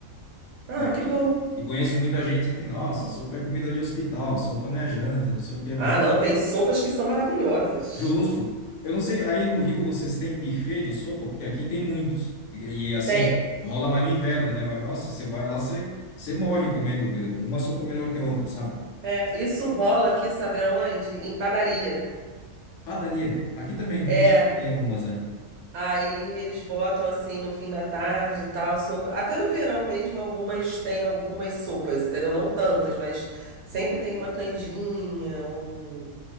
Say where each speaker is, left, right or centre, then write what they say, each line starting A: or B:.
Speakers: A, on the right; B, on the left.
A: Ah,
B: E,
A: que bom.
B: e conheço muita gente que, nossa, sopa é comida de hospital, sopa não é janta, não sei o quê, mas
A: Ah,
B: nossa.
A: não, tem sopas que são maravilhosas.
B: Justo. Eu não sei, aí no Rio vocês têm buffet de sopa? Porque aqui tem muitos. E, e, assim,
A: Tem.
B: rola mais no inverno, né? Mas nossa, você vai lá, você, você morre comendo uma sopa melhor que a outra, sabe?
A: É, isso rola aqui, sabe aonde? Em padaria.
B: Padaria. Aqui também,
A: É,
B: aqui tem algumas, é.
A: Aí eles botam assim no fim da tarde e tal, sopa. Até no verão mesmo, algumas têm algumas sopas, entendeu? Não tantas, mas sempre tem uma canjinha, um,